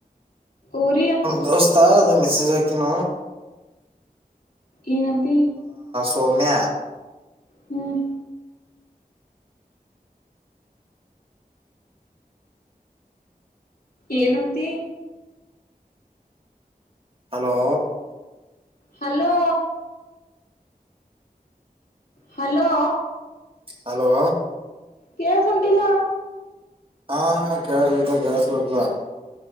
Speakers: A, on the left; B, on the right.
A: ಊರು
B: ದಸ್ತ ಮೆಸೇಜ್ ಅನ
A: ಏನಂತ
B: ಸಮ್ಮೆ
A: ಹ್ಮ್ ಏನಂತ
B: ಹಲೋ
A: ಹಲೋ ಹಲೋ
B: ಹಲೋ
A: ಕೇಳ್ಸಟಿಲ್ಲ
B: ಹಾ ಕೆ ಇತ ಕೆ ಸ್ರ್ದು